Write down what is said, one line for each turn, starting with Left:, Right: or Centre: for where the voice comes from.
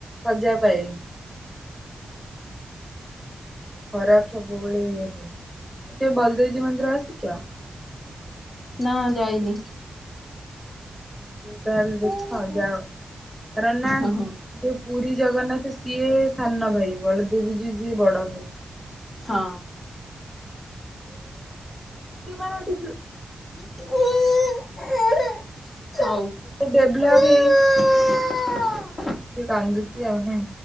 Centre: ସଜା ପାଇଁ ଖରାପ ସବୁବେଳେ ଇଏ ହୁଏ ଟେ ବଲଦେବଜୀ ମନ୍ଦିର ଆସିଛ
Left: ନା ଯାଇନି।
Centre: ସେ ତାହେଲେ ଦେଖ
Left: ହଁ
Centre: ଯାଅନା କରନ୍
Left: ହଁ
Centre: ଯୋଉ ପୁରୀ ଜଗନ୍ନାଥ ସିଏ ସାନ ଭାଇ ବଳଦେବୀ ଯିଉ ସିଏ ବଡ
Left: ହଁ।
Centre: ହଁ ସେମା ଟିକ <unintelligible>
Left: ହଁ <unintelligible> ଯାଅ <unintelligible>
Centre: ଏତେ ଡେଭଲପ
Left: ହଁ <unintelligible>
Centre: କାନ୍ଦୁଛି ଆଉ ନାଇ